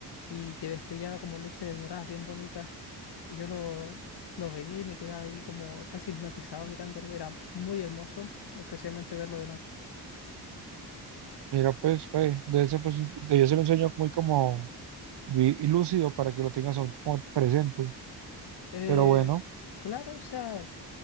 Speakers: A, on the left; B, on the right.
A: y que destellaba como luces doradas bien bonitas. Y yo lo, lo veía y me quedaba ahí como casi hipnotizado mirándolo, era muy hermoso, especialmente verlo de noche.
B: Mira, pues, ve, debe ser, pues, un- debió ser un sueño muy como vi- lúcido para que lo tengas aún como presente.
A: Eh,
B: Pero bueno,
A: claro, o sea...